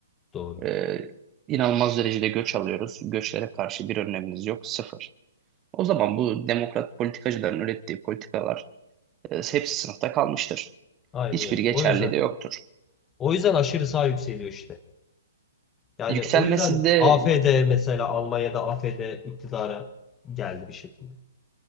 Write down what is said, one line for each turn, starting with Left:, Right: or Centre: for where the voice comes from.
Left: Doğru.
Right: Ee, inanılmaz derecede göç alıyoruz. Göçlere karşı bir önleminiz yok. Sıfır. O zaman bu demokrat politikacıların ürettiği politikalar e, hepsi sınıfta kalmıştır.
Left: Aynen
Right: Hiçbiri
Left: öyle.
Right: geçerli
Left: O yüzden
Right: de yoktur.
Left: o yüzden aşırı sağ yükseliyor işte. Yani
Right: Yükselmesi
Left: o yüzden
Right: de
Left: AfD mesela Almanya'da AfD iktidara geldi bir şekilde.